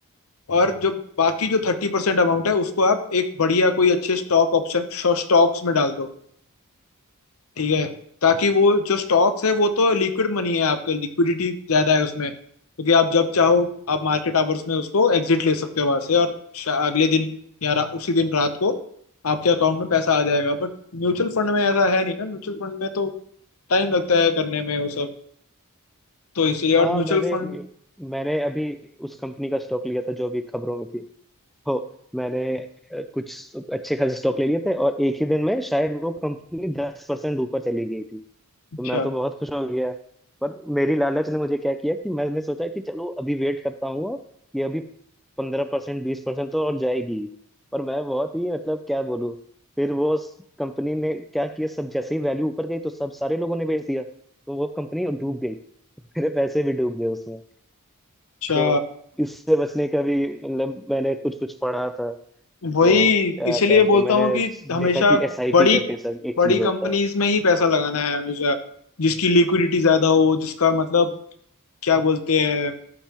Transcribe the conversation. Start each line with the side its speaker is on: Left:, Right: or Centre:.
Left: और जो बाकी जो थर्टी परसेंट अमाउंट है उसको आप एक बढ़िया कोई अच्छे स्टॉक ऑप्शन स्टॉक्स में डाल दो ठीक है ताकि वो जो स्टॉक्स है वो तो लिक्विड मनी है आपका लिक्विडिटी ज्यादा है उसमें क्योंकि आप जब चाहो आप मार्केट आवर्स में उसको एग्जिट ले सकते हो वहां से और शा- अगले दिन या रा, उसी दिन रात को आपके अकाउंट में पैसा आ जाएगा बट म्यूचुअल फंड में ऐसा है नहीं ना म्यूचुअल फंड में तो टाइम लगता है करने में वो सब तो इसीलिए और
Centre: हाँ
Left: म्यूचुअल
Centre: मैंने
Left: फंड
Centre: मैंने अभी उस कंपनी का स्टॉक लिया था जो अभी खबरों में थी हो मैंने अ, कुछ अच्छे खासे स्टॉक ले लिए थे और एक ही दिन में शायद वो कंपनी दस परसेंट ऊपर चली गई थी
Left: अच्छा
Centre: तो मैं तो बहुत खुश हो गया पर मेरी लालच ने मुझे क्या किया कि मैंने सोचा कि चलो अभी वेट करता हूँ और ये अभी पंद्रह परसेंट बीस परसेंट तो और जाएगी पर मैं बहुत ही मतलब क्या बोलूँ फिर वो कंपनी ने क्या किया सब जैसे ही वैल्यू ऊपर गई तो सब सारे लोगों ने बेच दिया तो वो कंपनी डूब गई मेरे पैसे भी डूब गए उसमें
Left: अच्छा
Centre: तो इससे बचने का भी मतलब मैंने कुछ कुछ पढ़ा था
Left: वही
Centre: तो अ, क्या
Left: इसीलिए
Centre: बोलते
Left: बोलता
Centre: हैं मैंने
Left: हूँ कि हमेशा
Centre: देखा कि एसआईपी
Left: बड़ी
Centre: करके सर एक
Left: बड़ी
Centre: चीज
Left: कंपनीज
Centre: होता है
Left: में ही पैसा लगाना है हमेशा जिसकी लिक्विडिटी ज्यादा हो जिसका मतलब क्या बोलते हैं